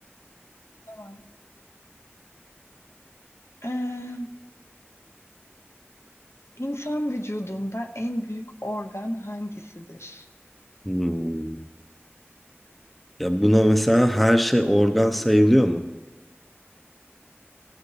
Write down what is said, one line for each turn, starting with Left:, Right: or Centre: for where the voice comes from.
Left: Tamam. Ee, İnsan vücudunda en büyük organ hangisidir?
Centre: Hmm. Ya buna mesela her şey organ sayılıyor mu?